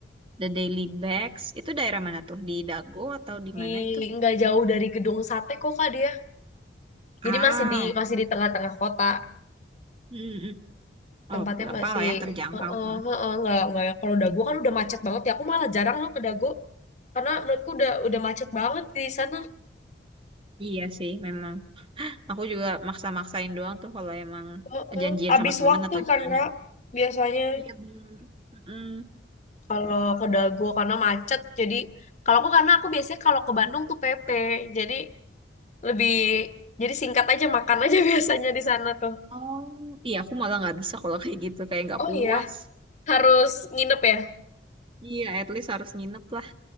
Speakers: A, on the right (about 30°); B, on the left (about 40°).
A: The Daily Bags. Itu daerah mana tuh? Di Dago atau di
B: di
A: mana itu?
B: nggak jauh dari gedung sate kok kak dia
A: Ah,
B: Jadi masih di masih
A: oke.
B: di tengah-tengah kota.
A: Mm-mm. Oh,
B: Tempatnya
A: gampang
B: masih
A: lah ya terjangkau
B: heeh
A: kan.
B: heeh, nggak nggak yang- kalau Dago kan udah macet banget ya. Aku malah jarang loh ke Dago karena menurutku udah udah macet banget di sana.
A: Iya sih, memang. Aku juga maksa-maksain doang tuh kalau emang
B: Heeh.
A: janjian
B: Habis
A: sama teman
B: waktu
A: atau gimana.
B: kan Kak biasanya
A: Iya bener. Mm-mm.
B: kalau ke Dago karena macet. Jadi kalau aku karena aku biasanya kalau ke Bandung tuh PP. Jadi lebih jadi singkat aja makan aja <laughs> biasanya di sana tuh.
A: Oh, iya aku malah nggak bisa kalau kayak gitu, kayak nggak
B: Oh
A: puas.
B: iya, harus nginep ya.
A: Iya, at least harus nginep lah.